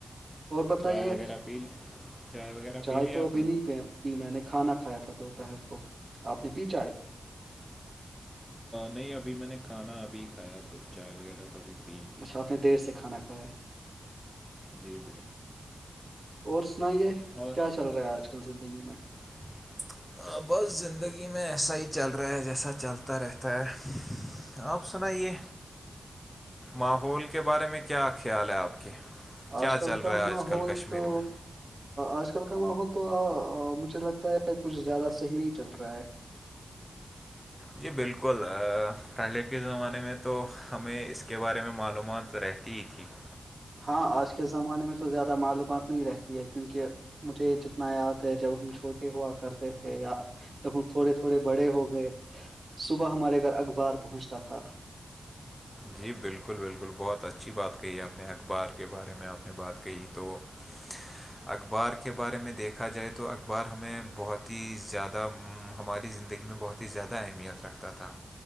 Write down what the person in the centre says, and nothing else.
چائے وغیرہ پی لی چائے وغیرہ
پی لی
آپ
نے
نہیں ابھی میں نے کھانا ابھی کھایا تو چائے وغیرہ تو ابھی پی نہیں
جی ب
اور
<inaudible> بس زندگی میں ایسا ہی چل رہا ہے جیسا چلتا رہتا ہے آپ سنائیے ماحول کے بارے میں کیا خیال ہے آپ کے کیا
چل
رہا ہے
آج کل کشمیر
میں
جی بالکل پہلے کے زمانے میں تو ہمیں اس کے بارے میں معلومات رہتی ہی تھی <inaudible>
جی بالکل بالکل بہت اچھی بات کہی اپنے اخبار کے بارے میں آپ نے بات کہی تو <inaudible> اخبار کے بارے میں دیکھا جائے تو اخبار ہمیں بہت ہی زیادہ ہماری زندگی میں بہت ہی زیادہ اہمیت رکھتا تھا